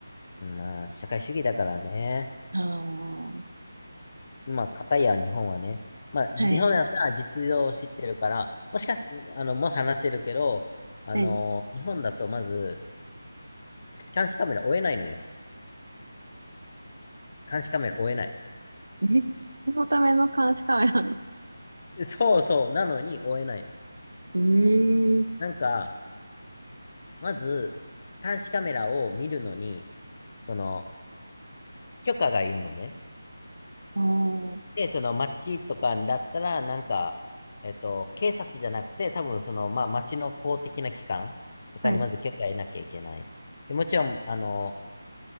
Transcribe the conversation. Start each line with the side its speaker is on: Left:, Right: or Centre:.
Left: う。まあ、社会主義だからね。
Right: ああ、は
Left: まあ、片や日本はね。まあ、じ日本だったら実情を知ってるから、
Right: い、
Left: もしかし、あの、もう話せるけど、あの、
Right: はい。ん
Left: 日本だとまず、監視カメラ追えないのよ。監視カメラ追えない。
Right: えそのための監視カメラの。
Left: そうそう、なのに追えないの。
Right: うーん。
Left: なんか、まず、監視カメラを見るのに、その、許可がいるのね。
Right: おー、
Left: で、その町とかだったら、なんか、えっと、警察じゃなくて、多分その、まあ、町の公的な機関とかにまず許可得なきゃいけない。
Right: はい、
Left: で、もちろん、あの、